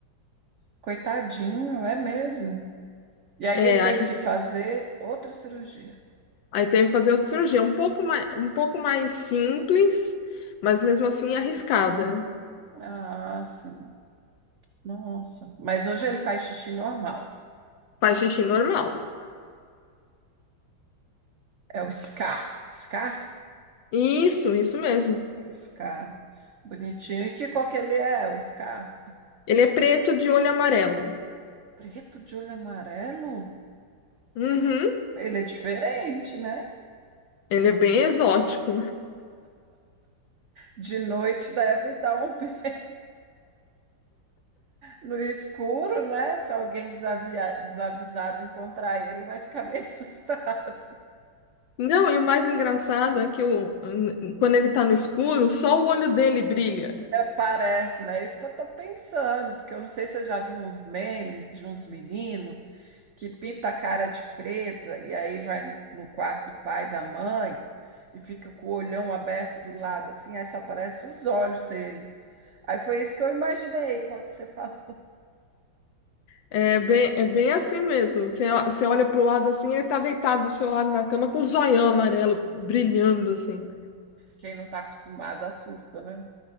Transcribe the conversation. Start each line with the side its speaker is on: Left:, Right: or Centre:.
Right: coitadinho, é mesmo. E aí
Left: É,
Right: ele teve
Left: aí,
Right: que fazer outra cirurgia.
Left: aí teve que fazer outra cirurgia, um pouco mais, um pouco mais simples, mas mesmo assim arriscada.
Right: Ah, sim. Nossa. Mas hoje ele faz xixi normal.
Left: Faz xixi normal.
Right: É o Scar. Scar
Left: Isso, isso mesmo.
Right: Scar. Bonitinho. E que cor que ele é, o Scar?
Left: Ele é preto de olho amarelo.
Right: Preto de olho amarelo?
Left: Uhum,
Right: Ele é diferente, né?
Left: ele é bem exótico.
Right: De noite deve dar um pi- no escuro, né? Se alguém desavia- desavisado encontrar ele, vai ficar meio <laughs> assustado.
Left: Não, e o mais engraçado é que o, quando ele tá no escuro, só o olho dele brilha.
Right: É, parece, né? É Isso que eu tô pensando, porque eu não sei se você já viu uns memes de uns meninos que pinta a cara de preta e aí vai no, no quarto do pai e da mãe e fica com o olhão aberto do lado, assim, aí só aparecem os olhos deles. Aí foi isso que eu imaginei quando você <laughs> falou.
Left: É bem, é bem assim mesmo. Você, o- você olha pro lado assim, ele tá deitado do seu lado na cama com o zoião amarelo brilhando assim.
Right: Quem não está acostumado assusta, né?